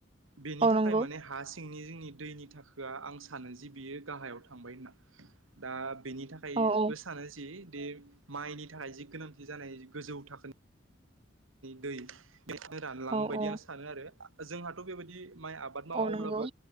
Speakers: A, on the right; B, on the right.
A: बेनि
B: औ
A: थाखाय
B: नंगौ
A: माने हासि सिंनि जोंनि दैनि थाखोआ आं सानो जि बियो गाहायाव थांबाय होनना दा बेनि थाखायबो
B: औ औ
A: सानो जि द माइनि थाखाय जि गोनांथि जानाय गोजौ थाखोनि दै रानलां
B: औ
A: बायदि
B: औ
A: आं सानो आरो जोंहाथ' बेबायदि माइ आबाद मावा
B: औ नंगौ
A: अब्लाबो